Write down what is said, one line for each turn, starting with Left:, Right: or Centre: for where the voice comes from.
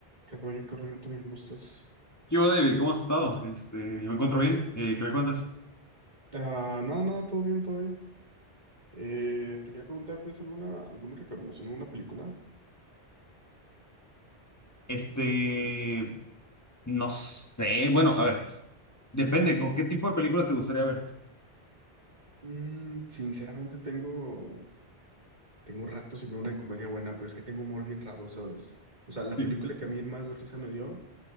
Right: ¿Qué rollo, qué rollo, Tony? ¿Cómo estás?
Left: ¿Qué hubo, David? ¿Cómo has estado? Este, yo me encuentro bien. Eh, ¿qué me cuentas?
Right: Ah, nada, nada, todo bien, todo bien. Eh, te quería preguntar, ¿tienes alguna, alguna recomendación alguna película?
Left: Este, no sé. Bueno, a ver, depende. ¿Con qué tipo de película te gustaría ver?
Right: Mm, sinceramente tengo, tengo rato sin ver una de comedia buena, pero es que tengo humor bien raro, ¿sabes? O sea, la
Left: Sí.
Right: película que a mí más risa me dio